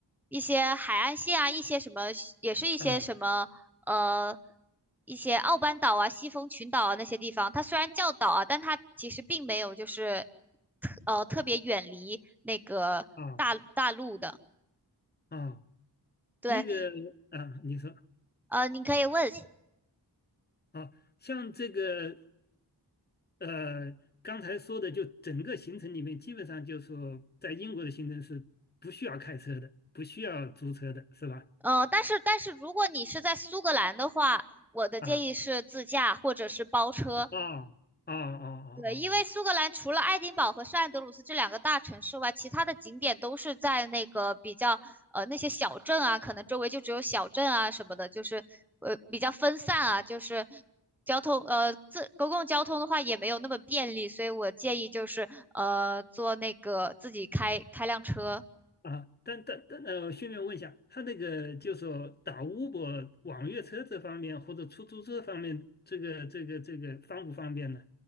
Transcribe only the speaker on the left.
啊
啊啊，
那个啊，你说
啊，像这个呃，刚才说的，就整个行程里面，基本上就是说，在英国的行程是不需要开车的，不需要租车的，是吧？
啊。啊啊啊啊啊
啊！啊但但但呃，顺便问一下，他那个就说打 Uber 网约车这方面或者出租车方面，这个这个这个方不方便呢？